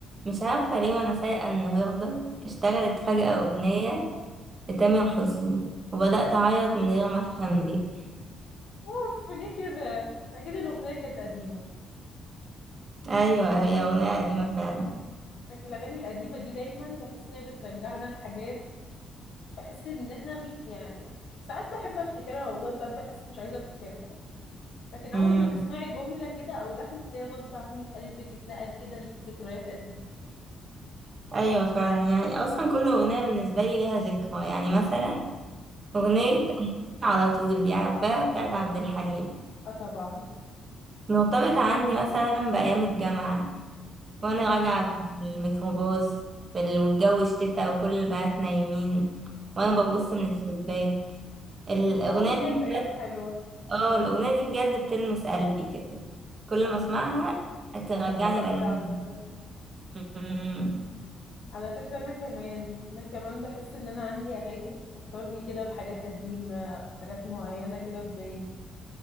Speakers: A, on the right; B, on the left.
A: مش عارفة ليه وأنا سايقة النهاردة اشتغلت
B: مم.
A: فجأة أغنية لتامر حسني وبدأت أعيط من غير ما أفهم ليه
B: اوف ليه كده اكيد الاغنيه كانت قديمه
A: أيوة هي أغنية قديمة فعلا
B: لكن الاغاني القديمه دي دايما بحس ان هي بترجعنا لحاجات بحس ان احنا مش يعني ساعات بحب افتكرها والله ساعات بحس مش عايزه افتكرها لكن
A: امم
B: اول ما تسمعي جمله كده او لحن تلاقي غصب عنك قلبك اتنقل كده لذكريات قديمه
A: أيوة فعلا يعني أصلا كل أغنية بالنسبة لي ليها ذكرى يعني مثلا أغنية
B: امم
A: أنا على طول دي عارفاها بتاعت عبد الحليم
B: اه طبعا
A: مرتبطة عندي مثلا بأيام الجامعة وأنا
B: امم
A: راجعة في الميكروباص في الجو الشتا وكل البنات نايمين وأنا
B: اوف
A: ببص من الشباك الأغنية
B: الله دي كانت
A: دي
B: ايام حلوه
A: اه الأغنية دي بجد بتلمس قلبي كده كل ما
B: امم
A: اسمعها ترجعني
B: بحبها
A: لأيام
B: قوي عامه
A: زمان. أمم.
B: على فكرة أنا كمان أنا كمان بحس إن أنا عندي أغاني بتفكرني كده بحاجات قديمة حاجات معينة كده في بالي